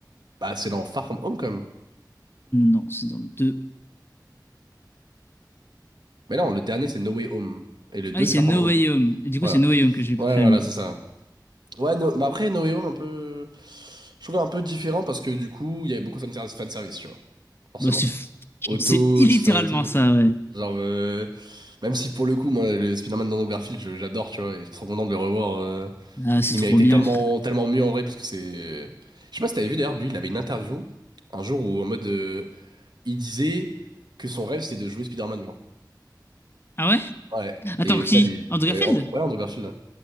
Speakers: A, on the right; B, on the left.
A: bah c'est dans Far From Home quand même.
B: Non c'est dans le deux.
A: Mais non, le dernier c'est No Way Home et le deux
B: Ah oui
A: c'est
B: c'est
A: Far
B: No
A: From Home.
B: Way Home. Et du coup
A: Voilà.
B: c'est No Way Home que j'ai
A: Ouais,
B: préféré
A: voilà,
B: moi.
A: c'est ça. Ouais, no- mais après No Way Home un peu je trouvais un peu différent parce que du coup, il y avait beaucoup de fan service, tu vois. Forcément.
B: Bah c'est
A: Auto,
B: c'est littéralement
A: tout ça et tout.
B: ça ouais.
A: Genre euh, même si pour le coup, moi le Spider-Man dans Garfield, je- j'adore, tu vois, et je suis trop content de le revoir euh,
B: Ah c'est
A: Il
B: trop
A: méritait
B: bien
A: tellement,
B: frère.
A: tellement mieux en vrai parce que c'est. Je sais pas si t'avais vu d'ailleurs, lui, il avait une interview un jour où en mode euh, il disait que son rêve c'était de jouer Spider-Man, genre.
B: Ah ouais?
A: Ouais.
B: Attends
A: Et au
B: qui?
A: final, il.
B: Andrew Garfield?
A: euh, en- Ouais, Andrew Garfield. ouais.